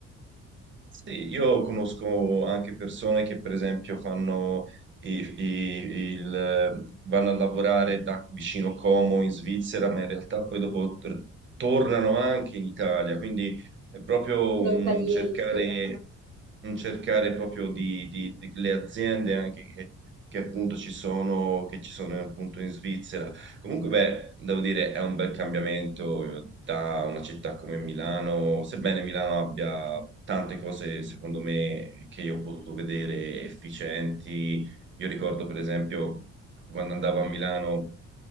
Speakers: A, on the right; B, on the right.
A: Sì, io conosco anche persone che per esempio fanno i- i- il, vanno a lavorare da vicino Como in Svizzera, ma in realtà poi dopo tr- tornano anche in Italia, quindi è proprio
B: Frontalieri
A: un cercare,
B: sì, eh
A: un cercare proprio di, di- di- le aziende anche che, che appunto ci sono, che ci sono appunto in Svizzera. Comunque, beh, devo dire, è un bel cambiamento eh, da una città come Milano, sebbene Milano abbia tante cose, secondo me, che io ho potuto vedere efficienti. Io ricordo, per esempio, quando andavo a Milano,